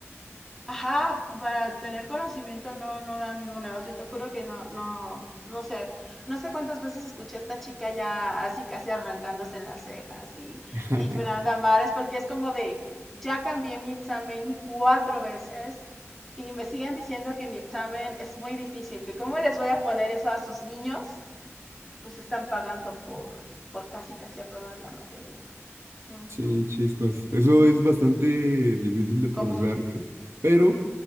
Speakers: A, in the centre; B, on the right.
A: Ajá, para tener conocimiento no, no da ninguna, o sea, te juro que no, no, no sé, no sé cuántas veces escuché a esta chica ya así casi arrancándose las cejas, y,
B: <laughs>
A: y llorando a mares, porque es como de, ya cambié mi examen cuatro veces y me siguen diciendo que mi examen es muy difícil, que cómo les voy a poner eso a sus niños, pues están pagando por, por casi casi aprobar la materia. Uh
B: Sí,
A: -huh.
B: chispas. Eso es bastante difícil de procesar,
A: Común.
B: ¿no? Pero